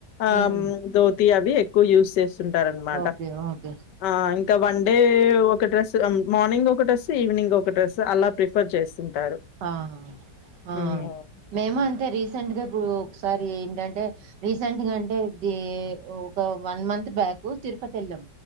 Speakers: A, on the left; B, on the right.
A: ఆ
B: హ్మ్.
A: ధోతి అవి ఎక్కువ యూజ్ చేస్ తుంటారనమాట
B: ఓకే ఓకే
A: అ ఇంకా వన్ డే ఒక డ్రెస్ మార్నింగ్ ఒక డ్రస్, ఈవినింగ్ ఒక డ్రస్, అలా ప్రిఫర్ చేస్తుంటారు.
B: అ అ
A: హ్మ్. ఓహ్!
B: మేమూ అంతే రీసెంట్గా ఇప్పుడు ఒకసారి ఏంటంటే రీసెంట్గా అంటే ఈ ఒక వన్ మంత్ బ్యాక్ తిరుపతి వెళ్ళాం